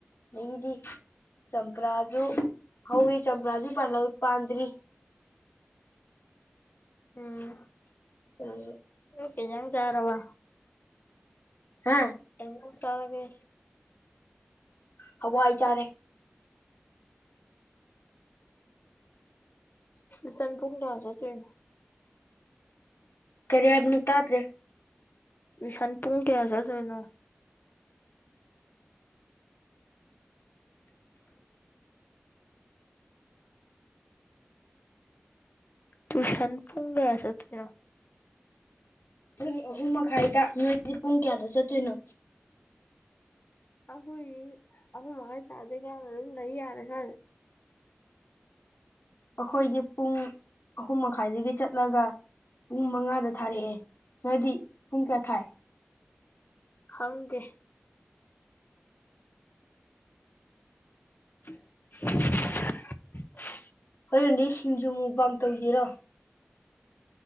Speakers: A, on the left; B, on the left.
A: ꯑꯗꯒꯤꯗꯤ ꯆꯝꯄꯔꯥꯗꯨ ꯍꯧꯋꯤ ꯆꯝꯄ꯭ꯔꯥꯗꯤ ꯄꯥꯜꯍꯧ ꯄꯥꯟꯗ꯭ꯔꯤ꯫
B: ꯎꯝ
A: ꯑꯣ
B: ꯅꯪ ꯀꯩꯑꯦꯟꯖꯥꯡ ꯆꯔꯕꯥ꯫
A: ꯍꯥ
B: ꯀꯩ ꯍꯦꯟꯖꯥꯪ ꯇꯔꯒꯦ꯫
A: ꯍꯋꯥꯏ ꯆꯥꯔꯦ꯫
B: ꯇꯨꯏꯁꯟ ꯄꯨꯡ ꯀꯌꯥ ꯆꯠꯇꯣꯏꯅꯣ꯫
A: ꯀꯔꯤ ꯍꯥꯏꯕꯅꯣ ꯇꯥꯗ꯭ꯔꯦ꯫
B: ꯇꯨꯏꯁꯟ ꯄꯨꯡ ꯀꯌꯥ ꯆꯠꯇꯣꯏꯅꯣ꯫ ꯇꯨꯏꯁꯟ ꯄꯨꯡ ꯀꯌꯥ ꯆꯠꯇꯣꯏꯅꯣ꯫
A: ꯄꯨꯡ ꯑꯍꯨꯝꯃꯈꯥꯏꯗ ꯅꯣꯏꯗꯤ ꯄꯨꯡ ꯀꯌꯥꯗ ꯆꯠꯇꯣꯏꯅꯣ꯫
B: ꯑꯈꯣꯏꯗꯤ ꯑꯍꯨꯝꯃꯈꯥꯏ ꯇꯕꯗꯩꯩ ꯒꯌꯥꯇꯥ ꯑꯗꯨꯝ ꯂꯩ ꯌꯥꯔꯦ ꯁ꯭ꯋꯥꯏꯗ
A: ꯑꯩꯈꯣꯏꯒꯤ ꯄꯨꯡ ꯑꯍꯨꯝ ꯃꯈꯥꯏꯗꯒꯤ ꯆꯠꯂꯒ ꯄꯨꯡ ꯃꯉꯥꯗ ꯊꯥꯔꯛꯑꯦ ꯅꯣꯏꯗꯤ ꯄꯨꯡ ꯀꯌꯥ ꯊꯥꯏ
B: ꯈꯪꯗꯦ꯫ <unintelligible>
A: ꯍꯣꯔꯦꯟꯗꯤ ꯁꯤꯡꯖꯨ ꯃꯨꯛꯕꯥꯡ ꯇꯧꯖꯤꯔꯣ꯫